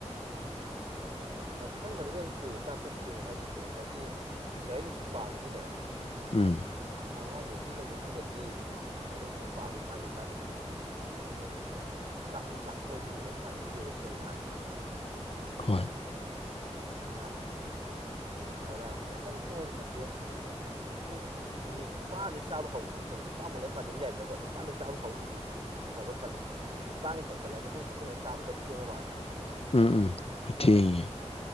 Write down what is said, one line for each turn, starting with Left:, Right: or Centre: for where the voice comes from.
Right: ꯑ ꯃꯈꯜ ꯑꯃ ꯑꯗꯨꯝ ꯐꯩꯌꯦ ꯆꯥꯛꯀ ꯊꯦꯡꯉꯦ ꯍꯥꯏꯗꯨꯁꯨ ꯉꯁꯥꯏꯒꯤ ꯂꯥꯏꯔꯤꯛ ꯂꯥꯏꯁꯨ ꯄꯥꯕꯒꯤꯅꯦ
Left: ꯎꯝ
Right: ꯑꯉꯥꯡ ꯅꯨꯕꯤ ꯂꯩꯕꯃꯨꯡꯗꯗꯤ ꯂꯥꯏꯔꯤꯛ ꯂꯥꯏꯁꯨ ꯄꯥꯕꯤ ꯀꯥꯟꯗꯤ ꯀꯥꯅꯩꯌꯦ ꯑꯗꯣ ꯆꯥꯛꯁꯨ ꯆꯥꯊꯣꯛꯑꯗꯤ ꯂꯥꯏꯔꯤꯛ ꯄꯥꯅꯤꯡꯗꯦꯕ ꯁꯦꯡꯅ ꯍꯥꯏꯔꯗꯤ
Left: ꯍꯣꯏ
Right: ꯑꯗꯨꯅ ꯆꯥꯛꯇꯣ ꯈꯔ ꯌꯥꯝ ꯀꯟꯅ ꯊꯦꯡꯕꯁꯨ ꯐꯠꯇꯦ ꯄꯨꯡ ꯅꯤꯄꯥꯟꯗꯩ ꯆꯥꯕ ꯍꯧꯕꯗꯤ ꯐꯩ ꯅꯤꯄꯥꯥꯟꯃꯨꯛ ꯂꯥꯏ ꯄꯥꯖꯕ ꯌꯥꯏꯗꯅꯀꯣ ꯅꯤꯄꯥꯟꯗ ꯆꯥꯕ ꯍꯧꯕꯗꯤ ꯐꯕ ꯈꯜꯂꯦ ꯅꯤꯄꯥꯟꯒ ꯍꯦꯟꯒꯠꯂ ꯃꯇꯨꯡ ꯃꯇꯨꯡꯗ ꯆꯥꯕꯗꯨ ꯈꯔ ꯊꯦꯡꯉ ꯃꯥꯜꯂꯦ
Left: ꯎꯝ ꯎꯝ ꯑꯊꯦꯡꯉꯦ